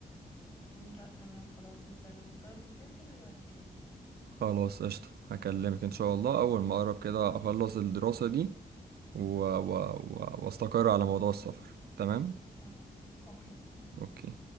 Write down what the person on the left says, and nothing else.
لا تمام خلاص انت لما تقرر تسافر بكلمني
تمام اوكي